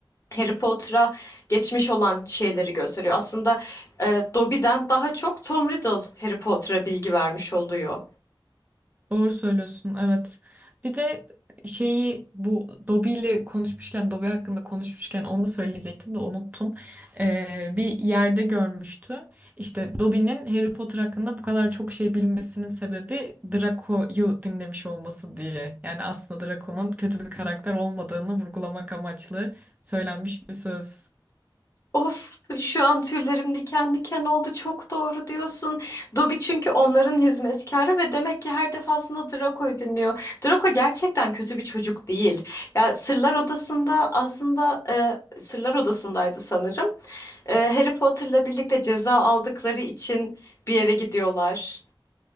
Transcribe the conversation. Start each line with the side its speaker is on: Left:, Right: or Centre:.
Left: Harry Potter'a geçmiş olan şeyleri gösteriyor. Aslında e, Dobby'den daha çok Tom Riddle Harry Potter'a bilgi vermiş oluyor.
Right: Doğru söylüyorsun, evet. Bir de şeyi bu Dobby ile konuşmuşken, Dobby hakkında konuşmuşken onu söyleyecektim de unuttum. Ee, bir yerde görmüştüm. İşte Dobby'nin Harry Potter hakkında bu kadar çok şey bilmesinin sebebi Draco'yu dinlemiş olması diye. Yani aslında Draco'nun kötü bir karakter olmadığını vurgulamak amaçlı söylenmiş bir söz.
Left: Of şu an tüylerim diken diken oldu. Çok doğru diyorsun. Dobby çünkü onların hizmetkarı ve demek ki her defasında Draco'yu dinliyor. Draco gerçekten kötü bir çocuk değil. Ya Sırlar Odası'nda aslında e, Sırlar Odası'ndaydı sanırım. E, Harry Potter'la birlikte ceza aldıkları için bir yere gidiyorlar.